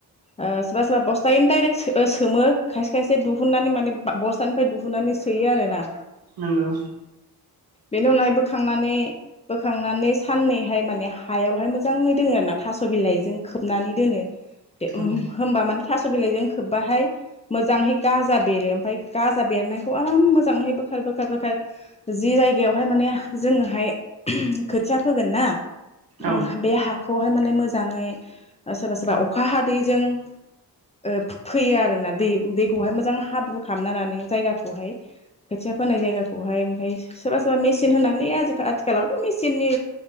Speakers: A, on the left; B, on the right.
A: ओ सोरबा सोरबा बस्थायैनो दाइरेक सो ओ सोमो खायसे खायसे दुहुननानै माने बा बस्थानिफ्राय दुहुननानै सोयो आरो ना।
B: नोंगौ।
A: बेनि उनावहाय बोखांनानै बोखांनानै साननैहाय माने हायावहाय मोजाङै दोनङो आरो ना थास' बिलाइजों खोबनानै दोनो। दे होम
B: औ
A: होमबा माने थास' बिलाइजों खोबबाहाय मोजाङहै गाजा बेरो ओमफाय गाजा बेरनायखौ आराम मोजाङहै बोखार बोखार बोखार जि जायगायावहाय माने जोङोहाय खोथिया फोगोन ना
B: औ
A: उम बे हाखौ खौहाय माने मोजाङै ओ सोरबा सोरबा अखा हादैजों ओ फो फोयो आरोना दै दैखौहाय मोजां हाब्रु खालामनालानानै जायगाखौहाय खोथिया फोनाय जायगाखौहाय ओमफफ्राय सोरबा सोरबा मेसिन होनानै आथिखालावथ' मेसिननि